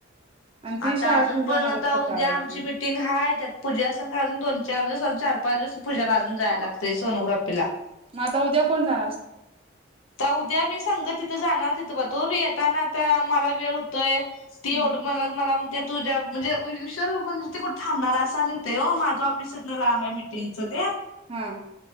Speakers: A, on the right; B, on the left.
A: आणि ती
B: आता
A: शाळातन
B: अजून
A: जाऊन
B: पण
A: आल्यावर
B: आता
A: कंटाळा
B: उद्या
A: येतोय
B: आमची मिटिंग हाय त्यात पूजा संघ अजून दोन चार दिवस चार पाच दिवसात पूजाला अजून जाया लागतय सोनोग्राफीला.
A: म आता उद्या कोण जाणार?
B: उद्या मी संग तिथं जाणार तिथं पतूर, येताना आता मला वेळ होतोय. ती
A: हम्म
B: एवढ म्हणूनच मला म्हणत्यात तुझ्या म्हणजे, उशर म्हणजे ते कोण थांबणार अस आणि माझं ऑफीस हितन लांब आहे. तीनच द्या
A: ह